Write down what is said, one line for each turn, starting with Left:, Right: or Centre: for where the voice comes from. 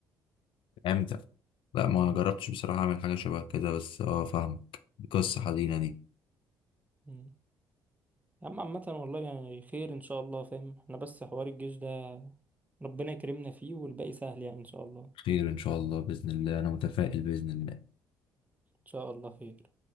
Left: فهمتك لا ما جربتش بصراحة أعمل حاجة شبه كده بس اه فاهمك قصة حزينة دي
Right: مم. يا عم عامة والله يعني خير ان شاء الله فاهم احنا بس حوار الجيش ده ربنا يكرمنا فيه والباقي سهل يعني ان شاء الله ان
Left: خير إن شاء الله بإذن الله أنا متفائل بإذن الله
Right: شاء الله خير